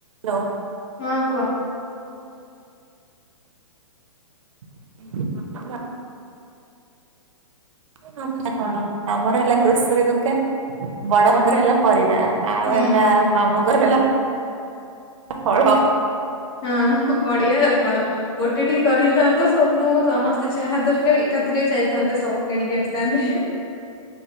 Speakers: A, on the right; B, on the left.
A: ହ୍ୟାଲୋ।
B: ହଁ କୁହ।
A: <inaudible> <unintelligible> କଣ ଆମର ହେଲା ଗ୍ରୋସରୀ ଦୋକାନ ବଡବାପାଙ୍କର ହେଲା ପରିବା। ଆଉ
B: ହୁଁ
A: ହେଲା ମାମୁଁଙ୍କର ହେଲା ଫଳ।
B: ହଁ ବଢିଆ ଆଉ କଣ ଗୋଟେ ଠି କରିଥାନ୍ତ ସବୁ ସମସ୍ତେ ଯାହା ଦରକାର ଏକାତିରେ ଯାଇଥାନ୍ତେ ସବୁ କିଣିକି ଆସିଥାନ୍ତେ।